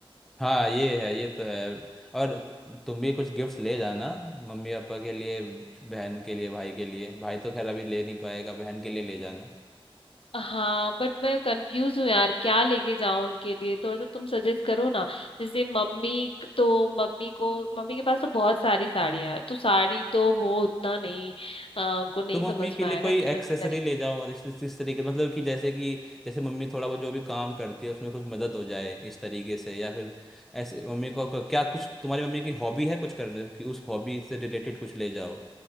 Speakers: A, in the centre; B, on the left (about 70°).
A: हाँ ये है ये तो है और तुम भी कुछ गिफ्ट्स ले जाना मम्मी पापा के लिए बहन के लिए भाई के लिए भाई तो खैर अभी ले नहीं पाएगा बहन के लिए ले जाना
B: हाँ बट मैं कंफ्यूज हूँ यार क्या लेके जाऊं उनके लिए थोड़ा सा तुम सजेस्ट करो ना जैसे मम्मी क- तो मम्मी को मम्मी के पास तो बहुत सारी साड़ियां हैं तो साड़ी तो वो उतना नहीं अ, उनको नहीं
A: तो मम्मी
B: समझ
A: के
B: में
A: लिए
B: आएगा
A: कोई
B: नहीं पसंद
A: एक्सेसरी
B: करेगी
A: ले जाओ और इस, इस इस तरीके मतलब कि जैसे कि जैसे मम्मी थोड़ा वो जो भी काम करती है उसमें कुछ मदद हो जाए इस तरीके से या फिर ऐसे मम्मी को को- क्या कुछ तुम्हारी मम्मी की हॉबी है कुछ करने की उस हॉबी से रिलेटेड कुछ ले जाओ